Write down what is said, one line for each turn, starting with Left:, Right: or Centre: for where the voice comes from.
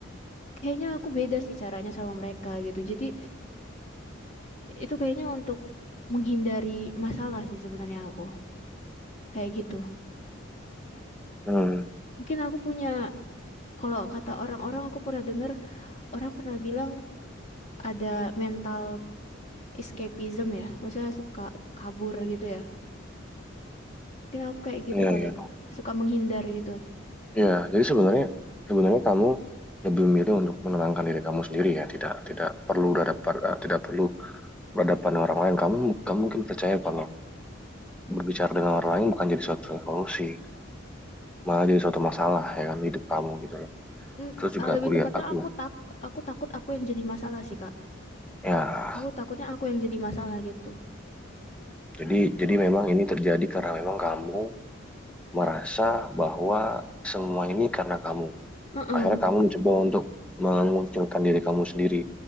Left: kayaknya aku beda sih caranya sama mereka gitu. Jadi itu kayaknya untuk menghindari masalah sih sebenarnya aku. Kayak gitu.
Centre: Hmm,
Left: Mungkin aku punya, kalau kata orang-orang aku pernah dengar, orang pernah bilang ada mental escapism ya. Maksudnya suka kabur gitu ya. Mungkin aku kayak gitu
Centre: ya
Left: kali
Centre: ya
Left: ya. Suka menghindar gitu.
Centre: ya. jadi sebenarnya sebenarnya kamu lebih memilih untuk menenangkan diri kamu sendiri ya, tidak tidak perlu berhadapan eh, tidak perlu berhadapan dengan orang lain. Kamu kamu mungkin percaya kalau berbicara dengan orang lain bukan jadi suatu solusi. malah jadi suatu masalah ya kan hidup kamu gitu loh
Left: Mm,
Centre: terus juga
Left: ah, Lebih
Centre: kuliah
Left: tepatnya
Centre: aku
Left: aku tak aku takut aku yang jadi masalah sih Kak.
Centre: ya
Left: Aku takutnya aku yang jadi masalah gitu.
Centre: jadi jadi memang ini terjadi karena memang kamu merasa bahwa semua ini karena kamu
Left: Heeh.
Centre: akhirnya kamu mencoba untuk mengunculkan diri kamu sendiri